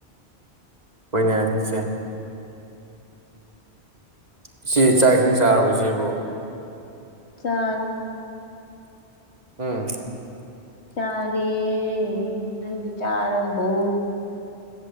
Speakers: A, on the right; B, on the left.
A: ꯍꯣꯏꯅꯦ ꯢꯆꯦ ꯏꯆꯦ ꯆꯥꯛ ꯏꯁꯤꯡ ꯆꯥꯔꯕꯣ ꯏꯆꯦꯕꯨ
B: ꯆꯥꯔꯦ
A: ꯎꯝ
B: ꯆꯥꯔꯦ ꯅꯪꯗꯤ ꯆꯥꯔꯕꯣ